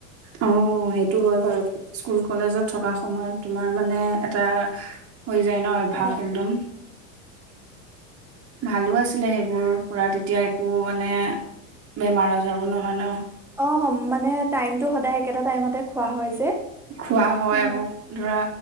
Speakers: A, on the right; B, in the centre.
A: অ সেইটো হয় বাৰু স্কুল কলেজত থকা সময়ত তোমাৰ মানে এটা। হৈ যায় ন অভ্যাস
B: অ
A: একদম। ভালো আছিলে সেইবোৰ পুৰা তেতিয়া একো মানে বেমাৰ আজাৰো নহয় ন।
B: অ মানে টাইম। টো সদায় একেটা টাইমতে খোৱা হয় যে।
A: খোৱা হয়
B: মানে
A: আকৌ ধৰা